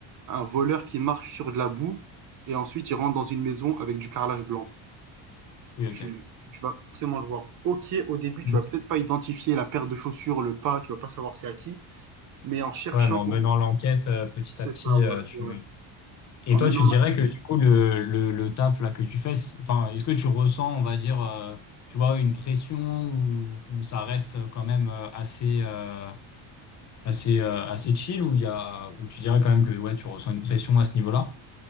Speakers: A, on the right; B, on the left.
A: un voleur qui marche sur de la boue et ensuite il rentre dans une maison avec du carrelage blanc.
B: Oui, OK.
A: Tu, tu vas forcément le voir. Ok, au début, tu
B: Ok.
A: vas peut-être pas identifier la paire de chaussures, le pas, tu vas pas savoir c'est à qui, mais en cherchant,
B: Ouais, mais en menant l'enquête, euh, petit
A: c'est
B: à petit,
A: ça, ouais,
B: euh, tu,
A: ouais.
B: Et
A: En
B: toi,
A: menant
B: tu dirais que du coup, le, le, le taf là que tu fais, c'est- enfin, est-ce que tu ressens, on va dire, euh, tu vois, une pression ou, ou ça reste quand même euh, assez, euh, assez, euh, assez chill ou il y a, ou tu dirais quand même que ouais, tu ressens une pression à ce niveau-là?